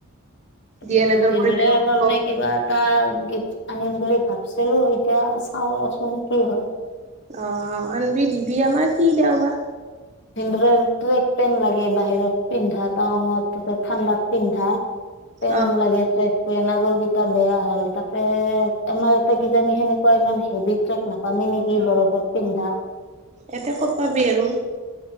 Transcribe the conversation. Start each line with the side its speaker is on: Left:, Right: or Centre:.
Right: ডি
Left: এইটো
Right: এল এডৰ
Left: ভেন্দুৰিৰ
Right: পৰীক্ষা দিব
Left: কাৰণে কিবা <unintelligible> এটা গিফ্ট আনিম বুলি ভাবিছিলো এতিয়া চাওচোন কি হল। <unintelligible>
Right: অ আনিবি দিবি আমাৰ কি দেও বা?
Left: ভেন্দ ট্ৰেক পেণ্ট লাগে বাহিৰত পিন্ধা টাঙত তাতে ঠাণ্ডাত পিন্ধা <unintelligible> পেন
Right: অ
Left: লাগেত ৰা <unintelligible> পেন আগৰ কেইটা বেয়া হ'ল তাকে আমাৰ এটা কিজানি সেনেকুৱা ইমান হেভি ট্ৰেক নাপামি নেকি বৰফত পিন্ধা। <unintelligible>
Right: এতে ক'ত পাবি আৰু।